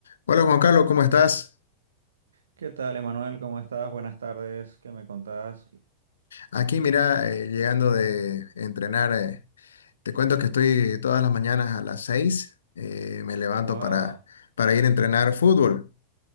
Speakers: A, on the left; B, on the right.
A: Hola Juan Carlos, ¿cómo estás?
B: ¿Qué tal, Emanuel? ¿Cómo estás? Buenas tardes. ¿Qué me contás?
A: Aquí mira, eh, llegando de entrenar, eh, te cuento que estoy todas las mañanas a las seis eh, me levanto
B: Wow,
A: para, para ir a entrenar fútbol.